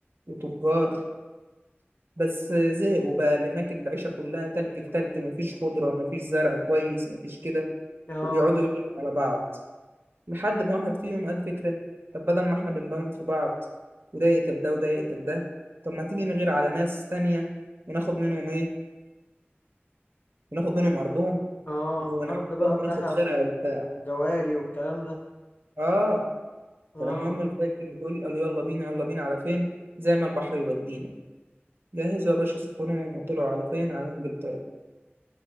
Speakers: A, on the right; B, on the left.
A: وتجار بس زهقوا بقى اللي هناك العيشة كلها تلج في تلج مفيش خضرة مفيش زرع كويس مفيش كده
B: اه
A: وبيقعدوا يغيروا على بعض لحد ما واحد فيهم قال فكرة طب بدل ما احنا بنموت في بعض وده يقتل ده وده يقتل ده طب ما تيجي نغير على ناس تانية وناخد منهم ايه وناخد منهم أرضهم
B: اه
A: ونحتلهم
B: ارض بقى بذهب
A: وناخد خيرها
B: و-
A: وبتاع
B: وجواري والكلام ده
A: اه
B: اه
A: فالمهم الفايكنج دول قالوا يلا بينا يلا بينا على فين زي ما البحر يودينا جهزوا يا باشا سفنهم وطلعوا على فين على إنجلترا